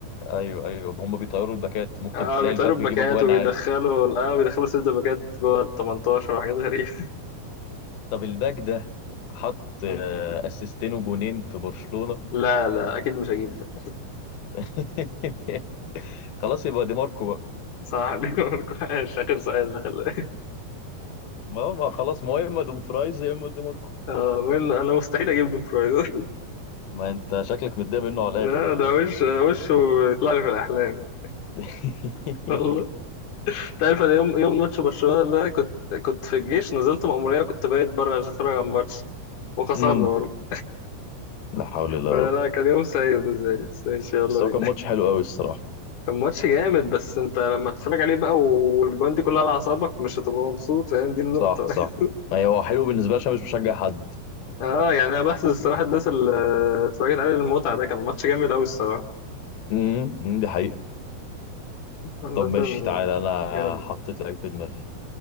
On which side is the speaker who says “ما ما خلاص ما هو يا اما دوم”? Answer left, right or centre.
Left